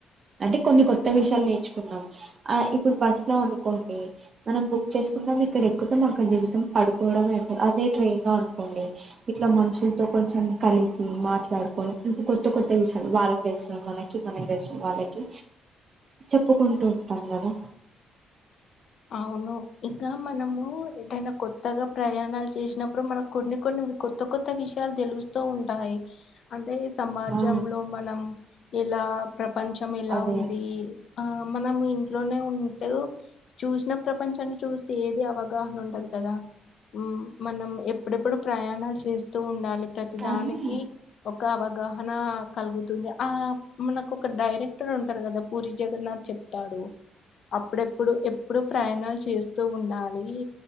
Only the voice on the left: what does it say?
అవును ఇకా మనము ఏదైనా కొత్తగా ప్రయాణాలు చేసినప్పుడు మనకు కొన్ని కొన్ని కొత్త కొత్త విషయాలు తెలుస్తూ ఉంటాయి అంటే సమాజంలో
మనం ఎలా ప్ర పంచం ఎలా
ఉంది ఆ మనం ఇంట్లోనే ఉంటే చూసిన ప్రపంచాన్ని చూస్త ఏది అవగాహన ఉంటదు కదా ఉ మనం ఎప్పుడెప్పుడు ప్రయాణాలు చేస్త ఉండాలి. ప్రతి
దానికి ఒక అవగాహ నా కలుగుతుంది. ఆ మనకు ఒక డైరీ క్కడ ఉంటారు కదా పూరి జగన్నాథ్ చెప్తాడు అప్పుడప్పుడు అప్పుడు ప్రయాణాలు చేస్తూ ఉండాలి